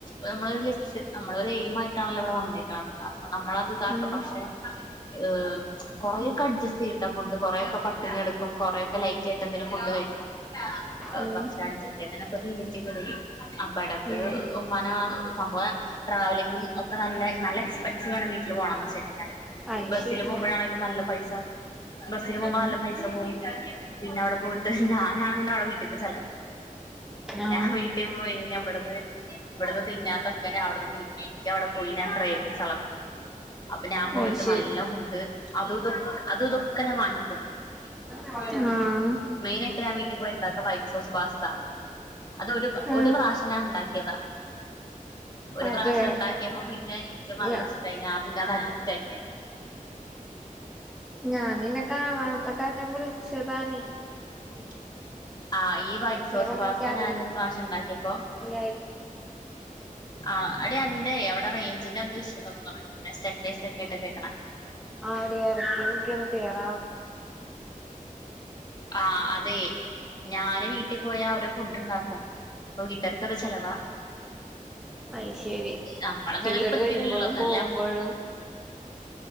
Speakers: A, on the left (about 30°); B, in the centre.
A: നമ്മളൊരു ലക്ഷ നമ്മളൊരെയ്മായിട്ടാണല്ലോ ഇവിടെ വന്നേക്ക്ണേ അ നമ്മളത് ഇതാക്ക
B: ഉം
A: പക്ഷെ ഏഹ് കൊറേയൊക്കെ അഡ്ജസ്റ്റ് ചെയ്യുട്ടാ ഫുഡ് കൊറേയൊക്കെ പട്ടിണി കെട്ക്കും കൊറേയ്ക്കെ ലൈറ്റിട്ട് എന്തേലും ഫുഡ് കഴിക്കും
B: ഉം
A: പക്ഷെ അഡ്ജസ്റ്റ് ചെയ്യ്ന്നെനൊക്കെ ലിമിറ്റ്ലെടെ ക അപ്പടക്ക്
B: ഉം
A: ഉമ്മാന സംഭവം ട്രാവലിങ്ങും ഒക്കെ നല്ല നല്ല എക്സ്പെൻസീവാണ് വീട്ടില് പോകണംന്ന് വച്ചയ്ഞ്ഞാല്
B: അത്
A: ബസ്സില്
B: ശരിയാ
A: പോകുമ്പോഴാണേലും നല്ല പൈസ ബസ്സിന് പോകുമ്പോ
B: ഉം
A: നല്ല പൈസ പോകും പിന്നെ അവിടെ പോയിട്ട് ഞാനാണെങ്കിലവിടെ വീട് ചെലവ്
B: ആ
A: ഞാൻ വീട്ടീ പോവങ്ങെനെയാവട്ന്ന് ഇവിട്ന്ന് തിന്നാത്തൊക്കെ ഞാ അവ്ട്ന്ന് പിന്നേക്ക് അവിടെ പോയി ഞാൻ <unintelligible> അപ്പൊ ഞാൻ പോയിട്ട്
B: അത് ശരി
A: നല്ലോം ഫുഡ് അ <unintelligible>
B: ആ
A: മെയിനായിയിട്ട് ഞാൻ വീട്ടിൽ പോയണ്ടാക്ക വൈറ്റ് സോസ് പാസ്ത അതൊ ഒരു പ ഒരു
B: ആ
A: പ്രാശഞാണ്ടാ ക്കിയതാ ഒരു
B: അതെ
A: പ്രാവശ്യം ണ്ടാക്കിയപ്പോ പിന്നെ ൻക്ക് നല്ല
B: ഞ
A: ഇഷ്ടായി ഞാൻ പിന്നെ അത് ട്ടായി
B: ഞാൻ നിന്നെ കാണത്ത കാരണം വിളി ച്ചതാണേ
A: ശരി ആ ഈ വൈറ്റ് സോസ്
B: ഒന്നും
A: പാസ്ത
B: എനിക്കറിയില്ല
A: ഞാനൊരു പ്രശംണ്ടാ ഇപ്പോം
B: <unintelligible>
A: ആ അടി അന്റേ അവ്ടെ റേയ്ഞ്ചിനെന്തോ ഇഷ്യൂണ്ട് തോന്നണെ സ്റ്റെക്ക് സ്റ്റെക്കായിട്ട കേക്കണെ
B: ആടി എടക്ക് ൻക്കാെന്ന് ക്ലിയറാവ്
A: ആ അതേ ഞാന് വീട്ടി പോയാ അവര് ഫുഡ്ണ്ടാക്കും അപ്പൊ വീട്ടാർക്കത് ചെലവാ
B: അയ്ശെരി
A: നമ്മളെ
B: പിന്ന
A: ചെലവ്
B: ഇങ്ങട്
A: ഇത്തിരിയല്ലല്ലോ
B: വര്മ്പളും
A: എന്നാലും
B: പോകുമ്പഴും
A: ഞാൻ